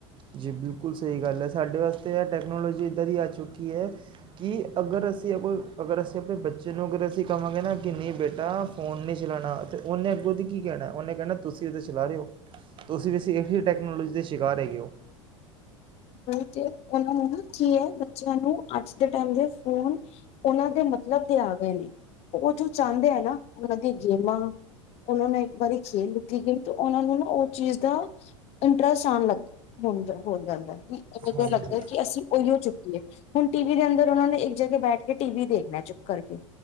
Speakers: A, on the right; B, on the left.
A: ਜੀ ਬਿਲਕੁਲ ਸਹੀ ਗੱਲ ਹੈ ਸਾਡੇ ਵਾਸਤੇ ਇਹ ਟੈਕਨੋਲੋਜੀ ਇੱਦਾਂ ਦੀ ਆ ਚੁੱਕੀ ਹੈ। ਕਿ ਅਗਰ ਅਸੀਂ ਅੱਗੋਂ ਅਗਰ ਅਸੀਂ ਆਪਣੇ ਬੱਚੇ ਨੂੰ ਅਗਰ ਅਸੀਂ ਕਹਾਂਗੇ ਨਾ ਕਿ ਨਹੀਂ ਬੇਟਾ ਫੋਨ ਨਹੀਂ ਚਲਾਉਣਾ। ਅਤੇ ਉਹਨੇ ਅੱਗੋਂ ਦੀ ਕੀ ਕਹਿਣਾ ਉਹਨੇ ਕਹਿਣਾ ਤੁਸੀਂ ਉਹ ਤਾਂ ਚਲਾ ਰਹੇ ਹੋ। ਤੁਸੀਂ ਵੀ ਅਸੀਂ ਇਹੀ ਟੈਕਨੋਲੋਜੀ ਦੇ ਸ਼ਿਕਾਰ ਹੈਗੇ ਹੋ।
B: ਬ ਚ ਉਹਨਾਂ ਨੂੰ ਨਾ ਕੀ ਹੈ ਬੱਚਿਆਂ ਨੂੰ ਅੱਜ ਦੇ ਟਾਈਮ ਦੇ ਫੋਨ ਉਹਨਾਂ ਦੇ ਮਤਲਬ ਤੇ ਆ ਗਏ ਨੇ ਉਹ ਜੋ ਚਾਹੁੰਦੇ ਹੈ ਨਾ ਉਹਨਾਂ ਦੀ ਗੇਮਾਂ ਉਹਨਾਂ ਨੇ ਇੱਕ ਵਾਰੀ ਖੇਲ ਦਿੱਤੀ ਗਮ ਤੇ ਉਹਨਾਂ ਨੂੰ ਨਾ ਉਹ ਚੀਜ਼ ਦਾ ਇੰਟਰਸਟ ਆਉਣ ਲੱਗ ਹੋ ਜਾਂਦਾ ਇਹ
A: ਹਾਂਜੀ
B: ਲੱਗਦਾ ਕਿ ਅਸੀਂ ਉਹੀਓ ਚੁੱਕੀਏ। ਹੁਣ ਟੀ ਵੀ ਦੇ ਅੰਦਰ ਉਹ ਨੇ ਇੱਕ ਜਗ ਬੈਠ ਕੇ ਟੀ ਵੀ ਦੇਖਣਾ ਚੁੱਪ ਕਰਕੇ